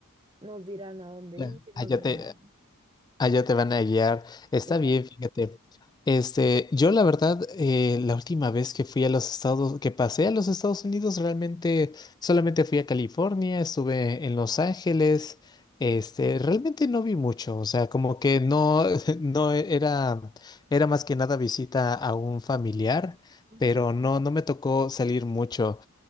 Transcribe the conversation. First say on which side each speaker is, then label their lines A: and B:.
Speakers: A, on the right; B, on the left.
A: nos dirán a dónde
B: Ya.
A: ir,
B: Ah,
A: nos
B: ya
A: llevarán.
B: te, Allá te van a guiar. Está
A: Exacto.
B: bien, fíjate. Este, yo la verdad, eh, la última vez que fui a los Estados, que pasé a los Estados Unidos, realmente solamente fui a California, estuve en Los Ángeles. Este, realmente no vi mucho, o sea, como que no, <laughs> no era, era más que nada visita a un familiar,
A: Ujú.
B: pero no, no me tocó salir mucho.